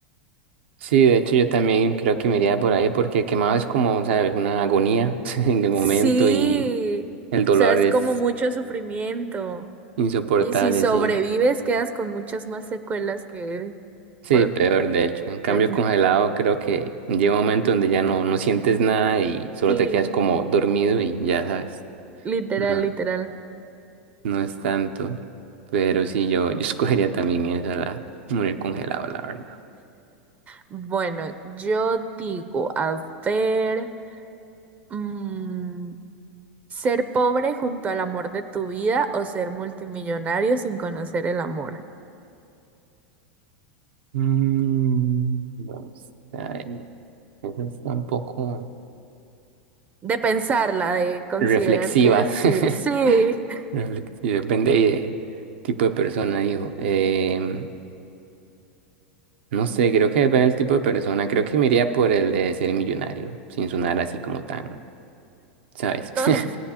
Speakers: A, on the right; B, on the right.
A: Sí, de hecho yo también creo que me iría por ahí porque quemado es como, ¿sabes? Una agonía <laughs> en el momento
B: Sí,
A: y el dolor
B: o sea, es
A: es
B: como mucho sufrimiento.
A: insoportable,
B: Y si sobrevives,
A: sí.
B: quedas con muchas más secuelas que
A: Sí,
B: por
A: peor de hecho. En cambio
B: hipotermia.
A: congelado creo que llega un momento donde ya no, no sientes nada y solo
B: Sí.
A: te quedas como dormido y ya sabes.
B: Literal,
A: No,
B: literal.
A: no es tanto. Pero sí, yo, yo <laughs> escogería también eso, la morir congelado, la verdad.
B: Bueno, yo digo, a ver, mm, ser pobre junto al amor de tu vida o ser multimillonario sin conocer el amor.
A: Mm, vamos a ver. Esa está un poco
B: De pensarla, de considerar
A: reflexiva.
B: qué decir. Sí,
A: <laughs>
B: <laughs>
A: Reflexi- Depende ahí de tipo de persona, dijo. Em, no sé, creo que depende del tipo de persona. Creo que me iría por el de ser millonario, sin sonar así como tan, ¿sabes?
B: no,
A: <laughs>
B: tra-